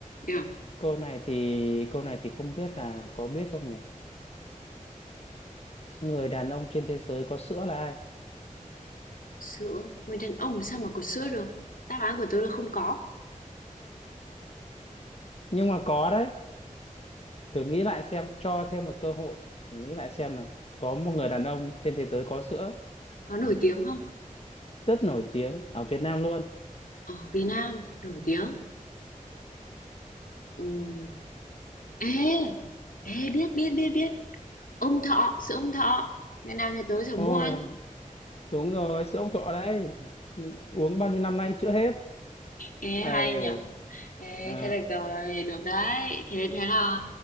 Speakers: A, on the left; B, on the left.
A: Được.
B: câu này thì câu này thì không biết là có biết không nhỉ người đàn ông trên thế giới có sữa là ai
A: Sữa, người đàn ông sao mà có sữa được? Đáp án của tôi là không có.
B: nhưng mà có đấy thử nghĩ lại xem cho thêm một cơ hội thử nghĩ lại xem nào có một người đàn ông trên thế giới có sữa
A: Có nổi tiếng không?
B: rất nổi tiếng ở Việt Nam luôn
A: Ở Việt Nam, nổi tiếng. Ừm. Ê, ê, biết, biết, biết, biết. Ông Thọ, sữa ông Thọ. Ngày nào nhà tớ sẽ mua
B: ôi
A: ăn.
B: đúng rồi sữa ông Thọ đấy mình uống bao nhiêu năm nay chưa hết
A: Ê,
B: ấy
A: hay nhở? Ê,
B: ờ,
A: thế được rồi, được đấy. Thế thế là